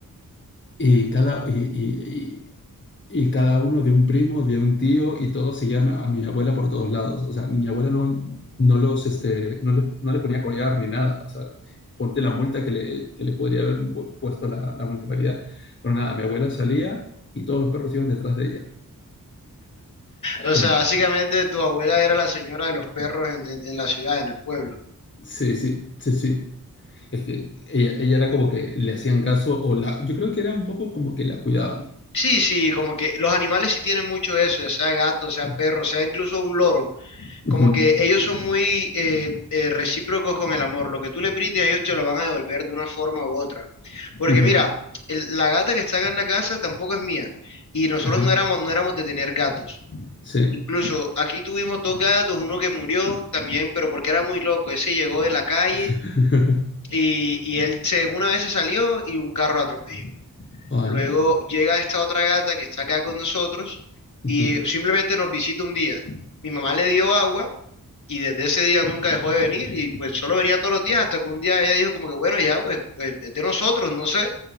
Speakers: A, on the left; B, on the left.
A: Y cada, y- y- y cada uno de un primo, de un tío, y todos seguían a, mi abuela por todos lados. O sea, mi abuela no, no los, este, no les, no les ponía a collar ni nada. O sea, ponte la multa que le, que le podría haber puesto la, la municipalidad. Pero nada, mi abuela salía y todos los perros iban detrás de ella. Ay,
B: O
A: como,
B: sea, básicamente tu abuela era la señora de los perros en, en- en la ciudad, en el pueblo.
A: sí, sí, sí, sí. Es que ella, ella era como que le hacían caso, o la, yo creo que era un poco como que la cuidaban.
B: Sí, sí, como que los animales sí tienen mucho eso, ya sea gato, sea
A: Sí.
B: perro, sea incluso un loro.
A: Ujú,
B: Como que ellos son muy eh, eh, recíprocos con el amor. Lo que tú le brindes, a ellos te lo van a devolver de una forma u otra. Porque
A: ujú,
B: mira, el- la gata que está acá en la casa tampoco es mía. Y nosotros
A: Ajá,
B: no éramos, no éramos de tener gatos.
A: sí.
B: Incluso aquí tuvimos dos gatos, uno que murió también, pero porque era muy loco. Ese llegó de la calle
A: <laughs>
B: y, y él se, una vez se salió y un carro lo atropelló.
A: Hola.
B: Luego llega esta otra gata que está acá con nosotros
A: Ujú,
B: y simplemente nos visita un día. Mi mamá le dio agua y desde ese día nunca dejó de venir y pues solo venía todos los días hasta que un día ella dijo como que bueno, ya, pues, pues, es de nosotros, no sé.